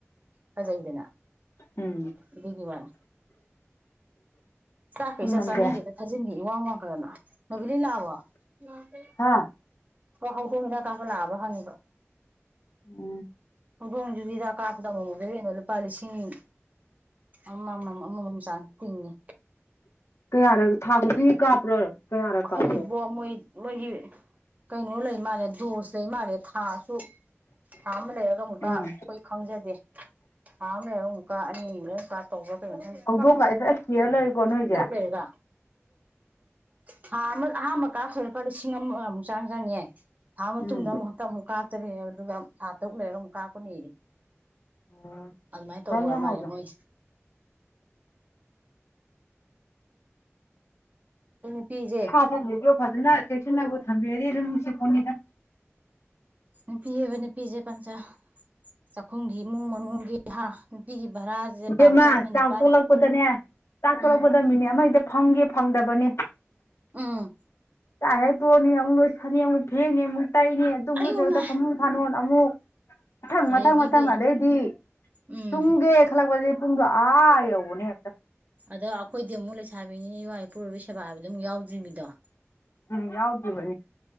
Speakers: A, on the right; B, on the left.
A: ꯐꯖꯩꯗꯅ
B: ꯎꯝ
A: ꯑꯗꯨꯒꯤ ꯋꯥꯅꯦ ꯆꯥꯛꯀ
B: ꯁꯨꯝ
A: ꯏꯆꯥ
B: ꯅꯝꯗꯦ
A: ꯆꯥꯅꯤꯡꯗꯦꯗ ꯊꯥꯖꯤꯟꯒꯤ ꯏꯋꯥꯡ ꯋꯥꯡ ꯈꯠꯂꯅ ꯅꯕꯨꯗꯤꯅꯥ ꯑꯈꫭꯏ
B: ꯍꯥ
A: ꯍꯧꯗꯣꯡ ꯍꯤꯗꯥꯛ ꯀꯥꯞꯄ ꯂꯥꯛꯑꯕ ꯍꯪꯉꯤꯕ
B: ꯎꯝ
A: ꯍꯧꯗꯣꯡꯖꯤ ꯍꯤꯗꯥꯛ ꯀꯥꯞꯄꯗ ꯑꯃꯨꯃꯨꯛ ꯗꯨꯔꯦꯟꯒꯤ ꯂꯨꯄꯥ ꯂꯤꯁꯤꯡ ꯑꯃꯃꯝ ꯑꯃꯃꯝ ꯆꯥꯡ ꯇꯤꯡꯉꯦ
B: ꯀꯌꯥꯔꯛ ꯊꯥꯈꯨꯗꯤꯡꯒꯤ ꯀꯥꯞꯄ꯭ꯔꯣ ꯀꯌꯥꯔꯛ
A: ꯈꯪꯗꯦꯕꫭ
B: ꯀꯥꯞꯀꯦ
A: ꯃꯣꯏ ꯃꯣꯏꯒꯤ ꯀꯩꯅꯣ ꯂꯩ ꯃꯥꯜꯂꯦ ꯗꯔꫭꯁ ꯂꯩ ꯃꯥꯜꯂꯦ ꯊꯥ ꯇꯨꯛ ꯊꯥ ꯑꯃ ꯂꯩꯔꯒ ꯑꯃꯨꯛꯀ
B: ꯎꯝ
A: ꯑꯩꯈꯣꯏ ꯈꯪꯖꯗꯦ ꯊꯥ ꯑꯃ ꯂꯩꯔꯒ ꯑꯃꯨꯛ ꯀꯥ ꯑꯅꯤ ꯂꯩꯔ ꯀꯥ ꯇꯧꯕ꯭ꯔꯥ ꯀꯩꯅꯣ ꯈꯪꯗꯦ
B: ꯍꯧꯗꯣꯡꯒ ꯑꯩꯁꯨ ꯑꯁ ꯀꯤꯌꯔ ꯂꯩꯀꯣ ꯅꯣꯏꯁꯦ
A: ꯇꯔꯨꯛ ꯂꯩꯔꯒ ꯊꯥꯃ ꯑꯍꯥꯥꯟꯕ ꯀꯥꯞꯈꯤ ꯂꯨꯄꯥ ꯂꯤꯁꯤꯡ ꯑꯃꯃꯨꯛ ꯆꯥꯡ ꯆꯪꯉꯦ ꯊꯥ ꯃꯥ ꯃꯇꯨꯡꯗ
B: ꯎꯝ
A: ꯑꯃꯨꯛ ꯍꯟꯇꯛ ꯑꯃꯨꯛ ꯀꯥꯞꯇꯔꯦ ꯑꯗꯨꯒ ꯊꯥ ꯇꯔꯨꯛ ꯂꯩꯔꯒ ꯑꯃꯨꯛ ꯀꯥꯞꯀꯅꯤ
B: ꯑꯣ
A: ꯑꯗꯨ ꯃꯥꯥꯏ ꯇꯧꯕ
B: ꯑꯗꯨꯃꯥꯏ ꯌꯥꯝ
A: ꯑꫭꯏꯔ
B: ꯍꯥꯎꯕ꯭ꯔꯥ
A: ꯃꯥꯜꯂꯦ ꯃꯣꯏꯁꯤ ꯅꯨꯄꯤꯖꯦ
B: ꯁꯥꯊꫭꯛꯂꯤꯖꯨ ꯐꯖꯅ ꯆꯦꯛꯁꯤꯟꯅꯕꯨ ꯊꯝꯕꯤꯔꯗꯤ ꯑꯗꯨꯝ ꯅꯨꯡꯁꯤꯄꫭꯠꯅꯤꯗ
A: ꯅꯨꯄꯤ ꯍꯥꯏꯕ ꯅꯨꯄꯤꯁꯦ ꯄꯟꯆꯥ ꯆꯥꯛꯈꯨꯝꯒꯤ ꯏꯃꯨꯡ ꯃꯅꯨꯡꯒꯤ ꯍꯥ ꯅꯨꯄꯤꯒꯤ ꯚꯔꯥꯁꯦ
B: ꯏꯕꯦꯝꯃꯥ
A: ꯄꯥꯞ ꯆꯥꯝꯃ
B: ꯆꯥꯛ
A: ꯅꯤꯄꯥꯜ
B: ꯊꯣꯂꯛꯄꯗꯅꯦ ꯆꯥꯛ ꯊꯣꯂꯛꯄꯗ
A: ꯎꯝ
B: ꯃꯤꯅꯤꯠ ꯑꯃ ꯍꯦꯛꯇ ꯐꯝꯒꯦ ꯐꯪꯗꯕꯅꯦ
A: ꯎꯝ
B: ꯆꯥꯛꯍꯦꯛ ꯇꫭꯛꯑꯅꯤ ꯑꯃꯨꯛ ꯂꯣꯏꯁꯟꯅꯤ ꯑꯃꯨꯛ ꯐꯦꯡꯅꯤ ꯑꯃꯨꯛ ꯇꯩꯅꯤ ꯑꯗꯨꯃꯨꯛ
A: ꯑꯩꯌꯣ
B: ꯂꫭꯏꯁꯤꯜꯂꯗꯛ
A: ꯃꯥ
B: ꯐꯃꯨꯡ ꯐꯥꯅꯣꯟ ꯑꯃꯨꯛ ꯃꯊꯪ
A: ꯑꯗꯒꯤꯗꯤ
B: ꯃꯊꯪ ꯃꯊꯪ ꯑꯗꯩꯗꯤ
A: ꯎꯝ
B: ꯇꯨꯝꯒꯦ ꯈꯜꯂꯛꯄꯖꯦ ꯄꯨꯡꯗꯣ ꯑꯥ ꯌꯧꯕꯅꯦ ꯍꯦꯛꯇ
A: ꯑꯗꯣ ꯑꯩꯈꯣꯏꯗꯤ ꯑꯃꯨꯛ ꯂꯩꯁꯥꯕꯤꯅꯤꯅꯦ ꯏꯋꯥ ꯏꯄꯨꯔꯣꯏꯕꯒꯤ ꯁꯦꯕꯥ ꯍꯥꯏꯕꯗꯨꯃꯨꯛ ꯌꯥꯎꯗ꯭ꯔꯤꯅꯤꯗꯣ
B: ꯎꯝ ꯌꯥꯎꯗꯔꯤꯕꯅꯤ